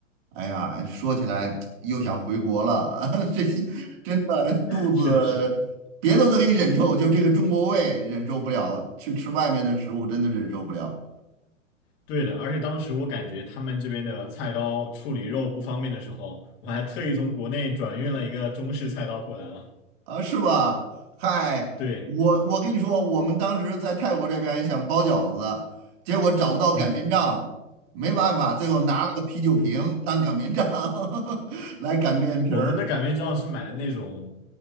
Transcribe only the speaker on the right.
哎呀，说起来又想回国了，<laughs> 这些真的肚子别的都可以忍受，
就这个中国胃忍受不了，去吃外面的食物真的忍受不了。
啊，是吧？嗨，
我我跟你说，我们当时在泰国这边想包饺子，结果找不到擀面杖，
没办法，最后拿了个啤酒瓶当擀面杖 <laughs> 来擀面皮儿，